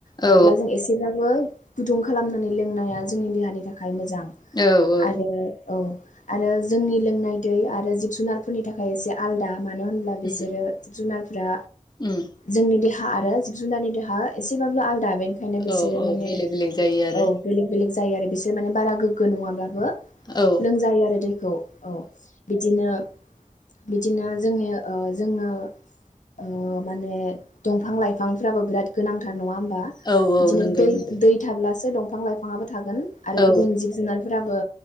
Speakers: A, on the left; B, on the left.
A: हायोब्ला
B: औ
A: जों एसेब्ला बो गुदुं खालामनानै लोंनाया जोंनि देहानि थाखाय मोजां।
B: औ औ
A: आरो औ। आरो जोंनि लोंनाय दै आरो जिब जुनारफोरनि थाखाय एसे आलदा। मानो होनब्ला बिसोरो
B: उम
A: जुनार फ्रा
B: उम
A: जोंनि दे हा आरो जिब जुनारनि देहा एसेबाबो आलदा बेनि खायनो बि
B: औ
A: सोरो
B: औ
A: माने
B: बेलेग बेलेग जायो आरो
A: औ बेलेग बेलेग जायो आरो बिसोर माने बारा गोग्गो नङाब्लाबो
B: औ
A: लोंजायो आरो दैखौ औ बिदिनो बिदिनो जोंनि ओ जोङो ओ माने दंफां लाइफांफ्राबो बिराद गोनांथार नङा होमब बा
B: औ औ
A: बिदिनो
B: नंगौ
A: दै
B: नोंथां
A: दै थाब्ला सो दंफां लाइफाङाबो थागोन आरो
B: औ
A: गुबुन जिब जुनार फोराबो